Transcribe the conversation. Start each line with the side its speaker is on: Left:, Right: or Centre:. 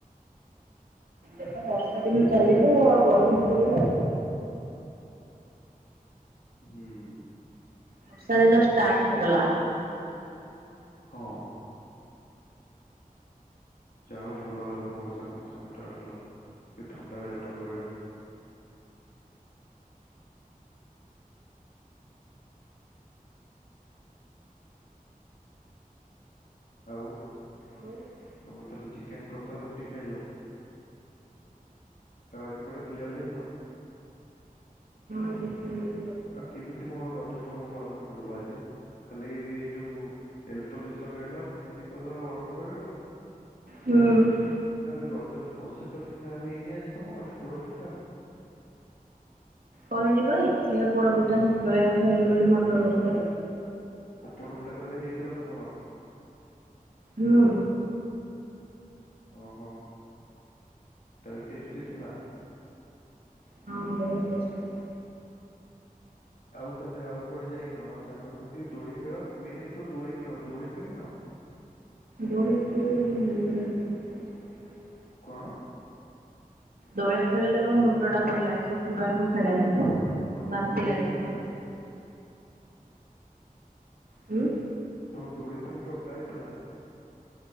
Right: ଏ ତ ବର୍ଷା ଦିନ ଚାଲିଲ ଆଉ ଗରମ ପଡିଗଲା।
Left: ହୁଁ ।
Right: ବର୍ଷା ଦିନ ଷ୍ଟାର୍ଟ ହେଇଗଲା।
Left: ହଁ ଯାହା ହଉ ଭଲ ହେଲା ବର୍ଷା କଣ ସୁଷ୍ଟଟ ହେଲା କି ଥଣ୍ଡାଳିଆ ପାଗ ରହିବ। ଆଉ
Right: ହୁଁ
Left: ତମେ ତାହେଲେ ଚିକେନ କଷା ରୁଟି ଖାଇଲ। ଆଉ ଆଜି କୁଆଡେ ବୁଲିବାକୁ ଯାଇନ।
Right: ହ।
Left: ଆଉ କେମିତି କଣ ରଜ ପର୍ବ ପାଳନ କଲ ବା ଆଜି ଖାଲି ଏଇ ଯୋଉ ନେଲ ପୋଲିସ ଲଗେଇଲ ମେହେନ୍ଦୀ କଲ ଅଳତା ଲଗେଇଲ
Right: ହୁଁ ।
Left: ଆରେ ରଜର ପ୍ରସିଦ୍ଧ ପିଠା ହେଇନି ଆଜି ତମର ପୋଡ ପିଠା
Right: କହିଲି ବା ଇଟଲି ଆ ପୋଡ ପିଠା ସକାଳେ ଖାଇଲୁ ବୋଲି ମଟର ତରକାର
Left: କପଡ଼ ପିଟା ତାହେଲେ ହେଇଥିଲା ତୁମର
Right: ହଁ।
Left: ଓହୋ ତାହଲେ ଟେଷ୍ଟି ଥିଲା।
Right: ହଁ ବହୁତ ଟେଷ୍ଟ ଥିଲା।
Left: ଆଉ ତାହେଲେ ଆଉ କୁଆଡେ ଯାଇନ ଆଉ ସାଙ୍ଗସାଥି ଦୋଳି ଖେଳ ମେନ୍ ତୁ ଦୋଳି ଖେଳ ଦୋଳି ଖେଳି ନ?
Right: ଦୋଳି ଖେଳିଲେ ମୋ ମୁଣ୍ଡଟା ବିନ୍ଧା ହଉଚି।
Left: କଣ?
Right: ଦୋଳି ଖେଳିଲେ ମୋ ମୁଣ୍ଡ ଟା ବୁଲାଏ ସେଥିପାଇଁ ମୁଁ ଖେଳେନି
Left: ଓ ତମକୁ
Right: ବାନ୍ତି
Left: କିନ୍ତୁ
Right: ଲାଗେ।
Left: ଇଏ ହେଇଥିଲା
Right: ହୁଁ।
Left: ତମ ଦୋଳି ତେଲ ଟଗା ହେଇଥିଲା।